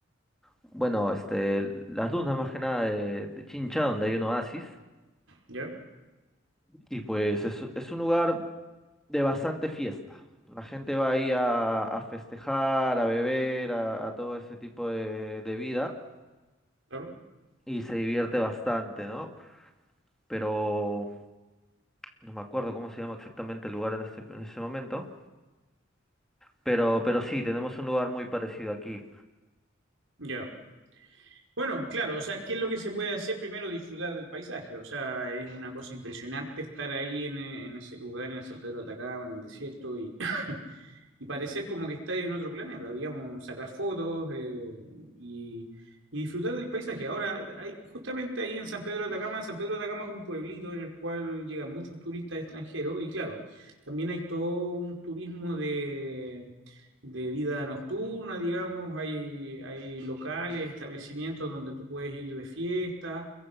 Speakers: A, in the centre; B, on the right.
A: bueno, este, las dunas más que nada de, de Chincha, donde hay un oasis.
B: Ya,
A: Y pues es, es un lugar de bastante fiesta. La gente va ahí a, a festejar, a beber, a, a todo ese tipo de, de vida
B: claro.
A: y se divierte bastante, ¿no? Pero no me acuerdo cómo se llama exactamente el lugar en este, en ese momento. Pero, pero sí, tenemos un lugar muy parecido aquí.
B: Ya. Bueno, claro, o sea, ¿qué es lo que se puede hacer? Primero disfrutar del paisaje, o sea, es una cosa impresionante estar ahí en, en ese lugar, en San Pedro de Atacama, en el desierto, y, y parecer como que está en otro planeta, digamos, sacar fotos eh, y, y disfrutar del paisaje. Ahora, hay, justamente ahí en San Pedro de Atacama, San Pedro de Atacama es un pueblito en el cual llegan muchos turistas extranjeros y claro, también hay todo un turismo de, de vida nocturna, digamos, hay, hay locales, establecimientos donde tú puedes ir de fiesta.